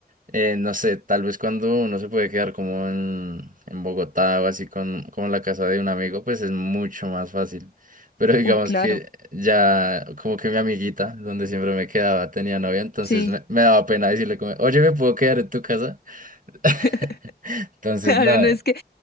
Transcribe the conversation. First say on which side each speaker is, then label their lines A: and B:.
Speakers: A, on the right; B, on the left.
A: Eh, no sé, tal vez cuando uno se puede quedar como en, en Bogotá o así con, como en la casa de un amigo, pues es mucho más fácil. Pero digamos
B: Uy, claro,
A: que ya como que mi amiguita, donde siempre me quedaba, tenía novia, entonces
B: sí.
A: me, me daba pena decirle como, oye, ¿me puedo quedar en tu casa? <laughs>
B: <laughs>
A: Entonces,
B: Claro,
A: nada.
B: no es que,